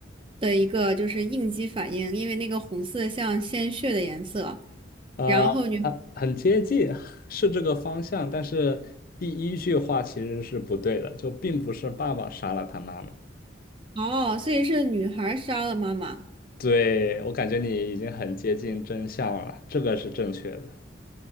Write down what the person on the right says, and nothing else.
的一个就是应激反应，因为那个红色像鲜血的颜色，
然后女，
哦，所以是女孩儿杀了妈妈。